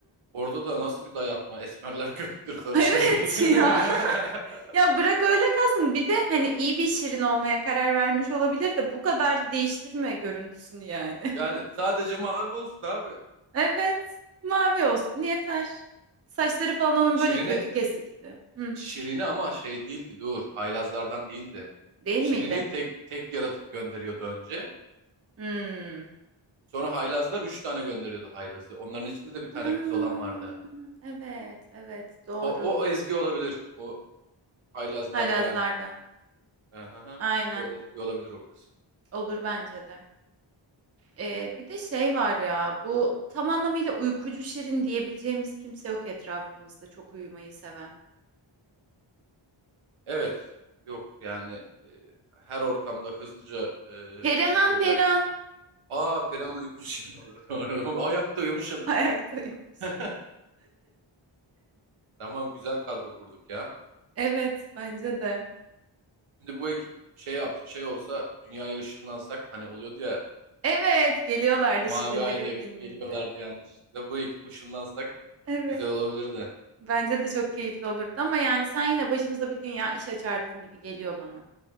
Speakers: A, on the right (about 85°); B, on the right (about 30°).
A: Orada da nasıl bir dayatma. Esmerler <laughs> kötüdür, sarışınlar
B: <laughs> Evet
A: iyidir.
B: ya.
A: <laughs>
B: Ya bırak öyle kalsın. Bir de hani iyi bir şirin olmaya karar vermiş olabilir de bu kadar değiştirme görüntüsünü yani.
A: Yani
B: <laughs>
A: sadece mavi olsun abi.
B: Evet, mavi olsun yeter. Saçları falan onun
A: Şirin'i
B: böyle kötü kesikti. Hı,
A: Şirin'i ama şey değildi dur. Haylazlardan değildi.
B: değil
A: Şirine'yi
B: miydi?
A: tek tek yaratıp gönderiyordu önce.
B: Hmm.
A: Sonra haylazlar üç tane gönderiyordu haylazı. Onların içinde de bir tane
B: Aa,
A: kız olan vardı.
B: evet, evet doğru.
A: O, o, o Ezgi olabilir. O haylazdan
B: Haylazlardan.
A: dönen. Aha,
B: Aynen.
A: o Ezgi olabilir o kız.
B: Olur bence de. Ee, bir de şey var ya bu tam anlamıyla uykucu şirin diyebileceğimiz kimse yok etrafımızda çok uyumayı seven.
A: Evet. Yok yani e, her ortamda hızlıca e,
B: Perihan
A: uyuyabilen.
B: Perihan.
A: Aa Perihan uykucu şirin olur. <laughs> Doğru. Ayakta uyumuş hemen.
B: <laughs> Ayaktaymış.
A: <laughs> Tamam güzel kadro kurduk ya.
B: Evet, bence de.
A: Şimdi bu ekip şey yap şey olsa dünyaya ışınlansak hani oluyordu ya
B: Evet, geliyorlardı
A: mavi
B: Şirinlerin
A: ayda
B: filminde.
A: geliyorlardı yanlışlıkla. Bu ekip ışınlansak
B: Evet.
A: güzel olabilirdi.
B: Bence de çok keyifli olurdu ama yani sen yine başımıza bir dünya iş açardın gibi geliyor bana.